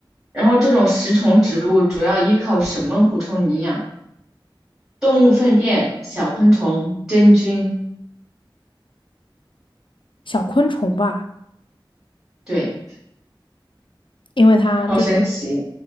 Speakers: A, in the centre; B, on the left.
A: 然后这种食虫植物主要依靠什么补充营养？动物粪便、小昆虫、真菌。
B: 小昆虫吧，
A: 对，
B: 因为它就比
A: 好神奇。